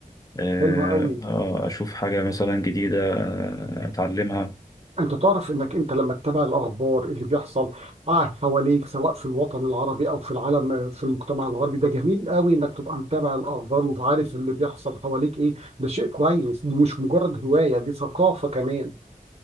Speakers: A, on the left; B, on the right.
A: آه،
B: حلو قوي
A: آه، اشوف حاجة مثلا جديدة آه، اتعلمها
B: انت تعرف انك انت لما تتابع الاخبار اللي بيحصل اه حواليك سواء في الوطن العربي او في العالم آه، في المجتمع الغربي ده جميل قوي انك تبقى متابع الاخبار وعارف اللي بيحصل حواليك ايه ده شيء كويس دي مش مجرد هواية دي ثقافة كمان